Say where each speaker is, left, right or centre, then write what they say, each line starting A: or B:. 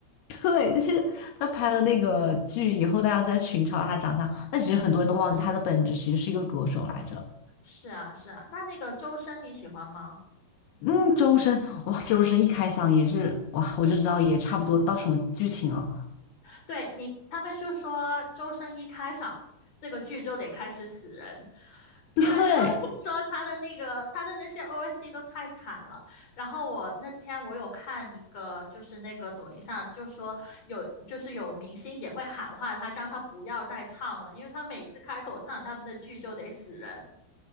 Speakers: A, on the left; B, on the left.
A: <laughs> 对，就是他拍了那个剧以后，大家都在群嘲他长相，但其实很多人都忘记他的本质其实是一个歌手来着。
B: 是啊是啊。那那个周深你喜欢吗？
A: 嗯，周深，哇，周深一开嗓也是，哇，我就知道也差不多到什么剧情了。
B: 对你，他们就说周深一开场，这个剧就得开始死人，
A: <laughs> 对，
B: 因为他们 <laughs> 说他的那个他的那些 OST 都太惨了。然后我那天我有看一个，就是那个抖音上就说有就是有明星也会喊话他，让他不要再唱了，因为他每次开口唱他们的剧就得死人。